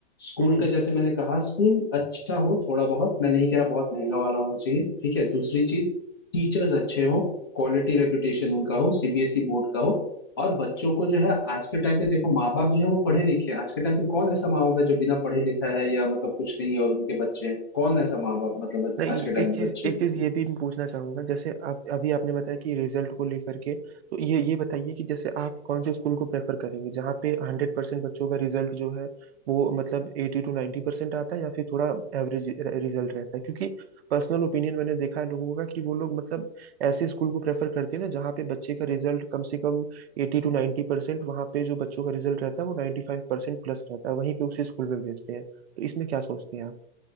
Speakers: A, on the left; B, on the right.
A: स्कूल
B: है
A: का जैसे मैंने कहा स्कूल अच्छा हो थोड़ा बहुत मैं नहीं कह रहा बहुत महंगा वाला होना चाहिए ठीक है दूसरी चीज टीचर्स अच्छे हो क्वालिटी रेपुटेशन उनका हो सीबीएसई बोर्ड का हो और बच्चों को जो है आज के टाइम पे देखो माँ बाप जो है वो पढ़े लिखे हैं आज के टाइम पे कौन ऐसा माँ बाप है जो बिना पढ़े लिखा है या मतलब कुछ नहीं है और उनके बच्चे हैं कौन ऐसा माँ बाप मतलब
B: नहीं
A: आज
B: ये-
A: के टाइम
B: एक
A: के
B: चीज
A: बच्चे
B: एक
A: हैं
B: चीज ये भी मैं पूछना चाहूंगा जैसे आप अभी आपने बताया कि रिजल्ट को लेकर के तो ये ये बताइए कि जैसे आप कौन से स्कूल को प्रेफर करेंगे जहाँ पे हंड्रेड परसेंट बच्चों का रिजल्ट जो है वो मतलब एटी टू 90% परसेंट आता है या फिर थोड़ा एवरेज रिजल्ट रहता है क्योंकि पर्सनल ओपिनियन मैंने देखा है लोगों का कि वो लोग मतलब ऐसे स्कूल को प्रेफर करते हैं ना जहाँ पे बच्चे का रिजल्ट कम से कम एटी टू 90% परसेंट वहाँ पे जो बच्चों का रिजल्ट रहता है वो नाइन्टी फाइव परसेंट प्लस रहता है वहीं पे उसी स्कूल में भेजते हैं तो इसमें क्या सोचते हैं